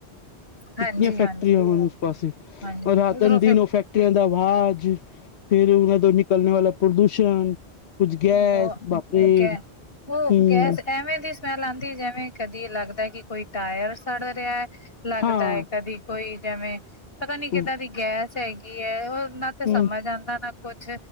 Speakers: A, on the left; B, on the left.
A: ਹਾਂਜੀ-ਹਾਂਜੀ,
B: ਕਿਤਨੀਆਂ ਫੈਕਟਰੀਆਂ
A: ਹਾਂਜੀ
B: ਹਨਣ। ਉਸ ਪਾਸੇ
A: ਹਾਂਜੀ,
B: ਰਾਤ
A: ਉਧਰੋਂ
B: ਅਨ ਦਿਨ
A: ਫਿਰ
B: ਉਹ ਫੈਕਟਰੀਆਂ ਦਾ ਵਾਜ। ਫਿਰ ਉਹਨਾਂ ਤੋਂ ਨਿਕਲਣੇ ਵਾਲਾ ਪ੍ਰਦੂਸ਼ਣ। ਕੁਝ ਗਿਆ
A: ਬਹੁ
B: ਬਾਪਰੇ
A: ਗੈ ਉਹ
B: ਹਮ।
A: ਗੈਸ ਐਵੇਂ ਦੀ। ਸਮੈਲ ਆਉਂਦੀ। ਜਿਵੇਂ ਕਦੀ ਲੱਗਦਾ ਕਿ ਕੋਈ ਟਾਇਰ ਸੜ ਰਿਹਾ ਲੱਗਦਾ
B: ਹਾਂ
A: ਹੈ। ਕਦੀ ਕੋਈ ਜਿਵੇਂ ਪਤਾ ਨੀ ਕਿੱਦਾਂ
B: ਹਮ
A: ਦੀ ਗੈਸ ਹੈਗੀ ਐ। ਉਹ ਨਾ ਤੇ ਸਮਝ
B: ਹਮ
A: ਆਂਦਾ ਨਾ। ਕੁਛ